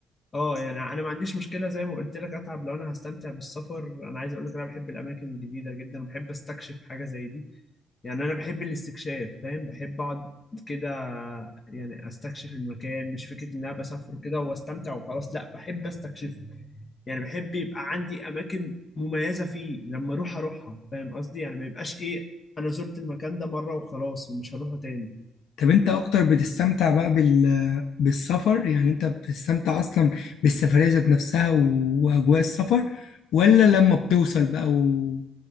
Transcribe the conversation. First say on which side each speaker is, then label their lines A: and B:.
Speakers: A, on the left (about 35°); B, on the left (about 80°).
A: اه يعني انا ما عنديش مشكله زي ما قلت لك اتعب لو انا هستمتع بالسفر انا عايز اقول لك انا بحب الاماكن الجديده جدا وبحب استكشف حاجه زي دي يعني انا بحب الاستكشاف فاهم بحب اقعد كده يعني استكشف المكان مش فكره ان انا بسافر كده واستمتع وخلاص لا بحب استكشف يعني بحب يبقى عندي اماكن مميزه فيه لما اروح اروحها فاهم قصدي يعني ما يبقاش ايه انا زرت المكان ده مره وخلاص ومش هروحه تاني
B: طب انت اكتر بتستمتع بقى بال... بالسفر يعني انت بتستمتع اصلا بالسفرية ذات نفسها و... واجواء السفر ولا لما بتوصل بقى و...